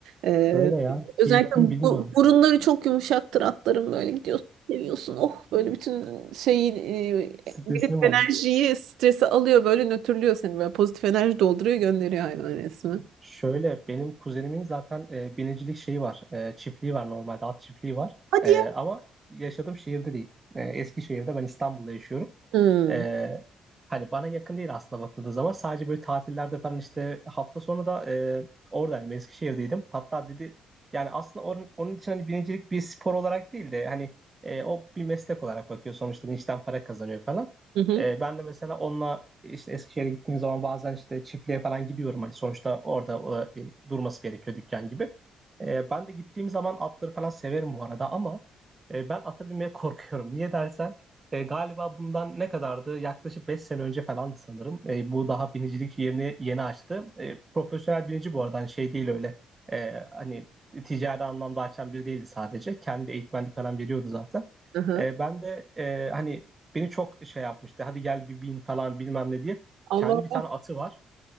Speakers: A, on the right; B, on the right.
A: E,
B: Öyle ya. Keyifli
A: özellikle bu,
B: mi bilmiyorum.
A: burunları çok yumuşaktır atların böyle gidiyorsun seviyorsun. Oh böyle bütün şeyi e,
B: Stresini
A: negatif enerjiyi
B: mi
A: stresi alıyor böyle nötrlüyor seni böyle pozitif enerji dolduruyor gönderiyor hayvan resmen.
B: Şöyle benim kuzenimin zaten e, binicilik şeyi var. E, çiftliği var normalde at çiftliği var.
A: Hadi
B: E,
A: ya.
B: ama yaşadığım şehirde değil. E, Eskişehir'de ben İstanbul'da yaşıyorum.
A: Hmm.
B: E, hani bana yakın değil aslında bakıldığı zaman. Sadece böyle tatillerde falan işte hafta sonu da e, oradaydım Eskişehir'deydim. Hatta dedi yani aslında onun, onun için hani binicilik bir spor olarak değil de hani e, o bir meslek olarak bakıyor. Sonuçta işten para kazanıyor falan.
A: Hı hı.
B: E, ben de mesela onunla işte Eskişehir'e gittiğim zaman bazen işte çiftliğe falan gidiyorum. Hani sonuçta orada e, durması gerekiyor dükkan gibi. E, ben de gittiğim zaman atları falan severim bu arada ama e, ben ata binmeye <laughs> korkuyorum. Niye dersen e, galiba bundan ne kadardı? Yaklaşık 5 sene önce falandı sanırım. E, bu daha binicilik yerini yeni açtı. E, profesyonel binici bu arada hani şey değil öyle. E, hani ticari anlamda açan biri değildi sadece. Kendi eğitmenlik falan veriyordu zaten.
A: Hı hı.
B: E, ben de e, hani Beni çok şey yapmıştı. Hadi gel bir bin falan bilmem ne diye.
A: Allah
B: Kendi bir
A: Allah.
B: tane atı var.